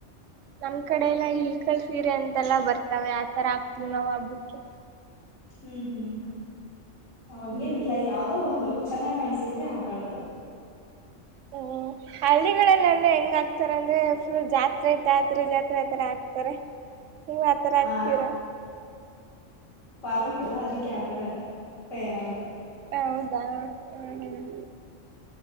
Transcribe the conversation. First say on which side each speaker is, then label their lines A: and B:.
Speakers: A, on the right (about 85°); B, on the left (about 85°).
A: ನಮ ಕಡೆೆಲ್ಲ ಇಲ್ಲ ಲ್ ಸೀರೆ ಅಂತೆಲ್ಲ ಬರ್ತ ತಾವ್ ಯತರ ಆಗ್ತಿವಿ ನಾವು ಹಬ್ಬಕ್ಕೆ.
B: ಹ್ಮ್ ಹ್ಮ್. ಅವ ಹಂಗೇನ್
A: ಹ್ಮ್
B: ಇಲ್ಲ ಯಾವವ್ದೋ ಒಂದು. ಚನ್ನ್ ಕಾಣಸಿದ್ರಿ ಹಾಕ್ ಕಳದು
A: ಹ್ಮ್ ಹಳ್ಳಿಗಳಲ್ಲ ಅಂದ್ರೆ ಹೆಂಗ ಆಕ್ತಾರ ಅಂದ್ರೆ ಫುಲ್ ಜಾತ್ರೆ ಜಾತ್ರೆ ಜಾತ್ರೆ ಆತರ ಆಗ್ತಾರೆ. ನೀವ್ ಆಥರ ಆಗ್ತೀರ.
B: ಆ ಪರಂಪೆಲ್ಲಾ ಅದಕ್ಕೆ ಆತರ. ತಯಾರಾಗದು
A: ಹೌದಾ ಹ್ಮ್ ಹ್ಮ್.